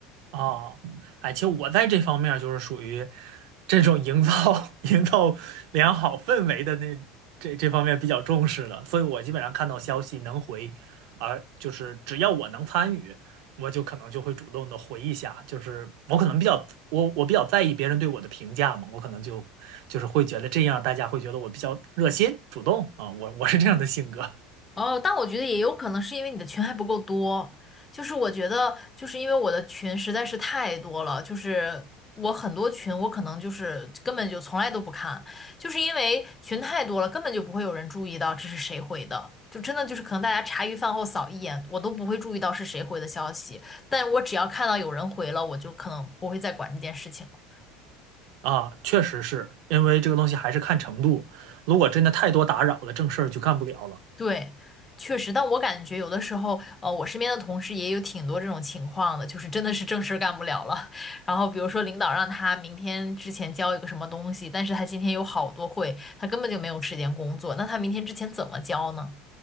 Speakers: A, on the right; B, on the left.
A: 哦，哎，其实我在这方面儿就是属于这种营造 <laughs> 营造良好氛围的那这这方面比较重视的，所以我基本上看到消息能回，而就是只要我能参与，我就可能就会主动的回一下，就是我可能比较我我比较在意别人对我的评价嘛，我可能就就是会觉得这样大家会觉得我比较热心主动啊，我我是这样的性格
B: 哦，但我觉得也有可能是因为你的群还不够多，就是我觉得就是因为我的群实在是太多了，就是我很多群我可能就是根本就从来都不看，就是因为群太多了，根本就不会有人注意到这是谁回的，就真的就是可能大家茶余饭后扫一眼，我都不会注意到是谁回的消息，但我只要看到有人回了，我就可能不会再管这件事情。了。
A: 啊，确实是因为这个东西还是看程度，如果真的太多打扰了，正事儿就干不了了。
B: 对，确实，但我感觉有的时候，呃，我身边的同事也有挺多这种情况的，就是真的是正事儿干不了了。<laughs> 然后比如说领导让他明天之前交一个什么东西，但是他今天有好多会，他根本就没有时间工作，那他明天之前怎么交呢？